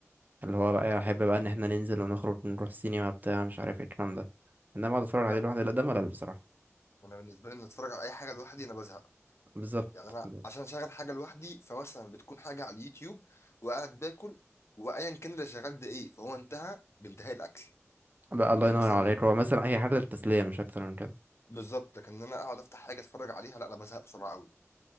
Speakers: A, on the right (about 35°); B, on the left (about 60°).
A: اللي هو بقى
B: انا
A: احب بقى ان احنا ننزل ونخرج ونروح السينما بتاع مش عارف ايه الكلام ده انما اقعد اتفرج
B: لا
A: عليه لوحدي لا ده ملل بصراحة
B: انا بالنسبه لي ان اتفرج على اي حاجه لوحدي انا بزهق
A: بالظبط
B: يعني انا
A: بالظبط.
B: عشان اشغل حاجه لوحدي فمثلا بتكون حاجه على اليوتيوب وقاعد باكل وايا كان اللي شغال ده ايه فهو انتهى بانتهاء الاكل
A: بقى الله
B: يعني
A: ينور
B: مثلا
A: عليك هو مثلا هي حاجة للتسلية مش اكتر من كده
B: بالظبط لكن ان انا اقعد افتح حاجه اتفرج عليها لا انا بزهق بسرعه قوي